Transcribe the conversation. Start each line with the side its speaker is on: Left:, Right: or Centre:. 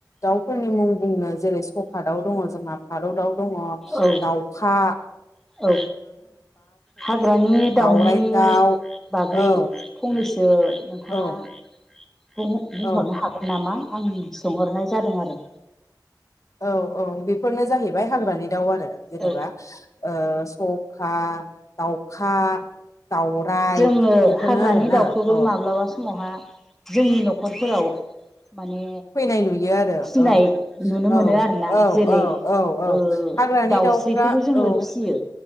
Left: दाउफोरनि मुं बुंनो जेरै स'खा दाउ दङ जोंहा भारताव दङ
Centre: औ
Left: दावखा
Centre: औ हाग्रानि दाउनि
Left: दाउराइ दाउ
Centre: बागै
Left: औ
Centre: फंनैसो सो नोंथाङा
Left: औ
Centre: बुंहरनो
Left: औ
Centre: हागोन नामा आं सोंहरनाय जादों आरो।
Left: औ औ बेफोरनो जाहैबाय हाग्रानि दाउ आरो जेनेबा
Centre: औ
Left: ओ स'खा दाउखा दाउराइ
Centre: जोङो
Left: बेफोरनो
Centre: हाग्रानि
Left: आरोना
Centre: दाउखौबो
Left: औ
Centre: माब्लाबा समावहा जोंनि न'खरफोराव माने
Left: फैनाय नुयो आरो
Centre: फिनाय
Left: औ
Centre: नुनो
Left: औ
Centre: मोनो आरोना
Left: औ
Centre: जेरै
Left: औ औ औ
Centre: ओ
Left: हाग्रानि
Centre: दाउस्रिखौबो
Left: दाउफ्रा
Centre: जोङो
Left: औ
Centre: फिसियो